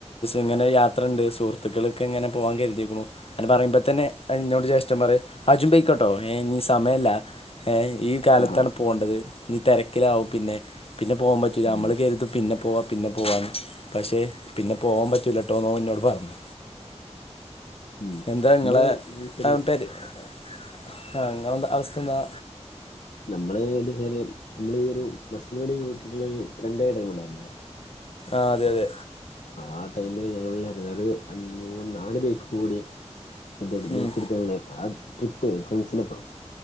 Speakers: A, on the left; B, on the left.
A: ഇങ്ങനെ യാത്രുണ്ട് സുഹൃത്തുക്കൾക്കെ എങ്ങനെ പോവാാൻ കരുതിക്കണു അത് പറയുമ്പ തന്നെ എന്നോട് ജെഷ്ടം പറിം ആ ജും പെയക്കോട്ടോ ഏ ഇഞ്ഞി സമയല്ല ഏഹ ഈ കാലത്താണ്
B: ആഹാ
A: പോകേണ്ടത് ഞ്ഞി തിരക്കിലകും പിന്നെ പിന്നെ പോകാൻ പറ്റൂല്ല
B: ഉം
A: നമ്മൾ കരുതും പിന്നെ പോവാ പിന്നെ പോവാന്ന് പക്ഷേ പിന്നെ പോവാൻ പറ്റൂലട്ടോന്ന് ഓൻ ഇനോട് പറഞ്ഞു
B: ഉം
A: എന്താ നിങ്ങളെ
B: നമ്മള് ച്ചാല്
A: പേരേത്ത നിങ്ങെന്താ അവസ്ഥ എന്താ
B: നമ്മള് എന്താച്ച നമ്മള് ഈ ഒരു മസ്സനകുടി ഊട്ടിക്കുള്ള ഒരു ട്രെൻഡയ ടൈമ് ഒക്കെ ഉണ്ടായിുന്നില്ലേ
A: ആ അതെ അതെ
B: ആ ടൈമില് ഞങ്ങ ഒരു അഞ്ച് മൂന്ന് നാല് ബൈക്ക്മകൂടി എന്തണ്
A: ഉം
B: ബൈക്ക് ട്ത്താണ് ലെ ആ ട്രിപ്പ് ഫ്രണ്ട്സിനപ്പം